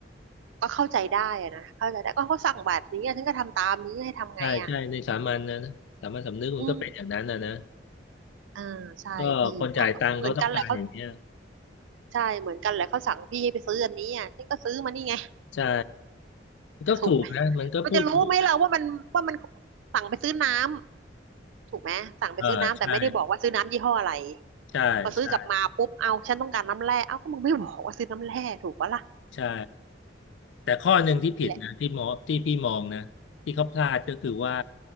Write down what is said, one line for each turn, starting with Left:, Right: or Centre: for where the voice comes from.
Right: ก็เข้าใจได้อะนะเข้าใจได้ก็เขาสั่งแบบนี้อะฉันก็ทำตามนี้ให้ทำไงอ่ะ
Left: ใช่ใช่ในสามัญนะนะสามัญสำนึกมันก็เป็นอย่างนั้นนะนะ
Right: อืมอ่าใช่พี่เอาก็เหมือนกันแหละเขา
Left: ก็คนจ่ายตังค์เขาต้องการอย่างเนี้ย
Right: ใช่ เหมือนกันแหละเขาสั่งพี่ให้ไปซื้ออันนี้อ่ะฉันก็ซื้อมานี่ไง
Left: ใช่มันก็ถูกนะมันก็พูดถูกนะ
Right: <laughs> ถูกไหมมันจะรู้ไหมเราว่ามันว่ามันสั่งไปซื้อน้ำถูกไหมสั่งไปซื้อน้ำแต่ไม่ได้บอกว่าซื้อน้ำยี่ห้ออะไร
Left: เออใช่ใช่ใช่
Right: พอซื้อกลับมาปุ๊บเอาฉันต้องการน้ำแร่เอ้าก็มึงไม่บอกว่าซื้อน้ำแร่ถูกปะล่ะ
Left: ใช่แต่ข้อหนึ่งที่ผิดนะที่มองที่พี่มองนะที่เขาพลาดก็คือว่า
Right: นี่แหละ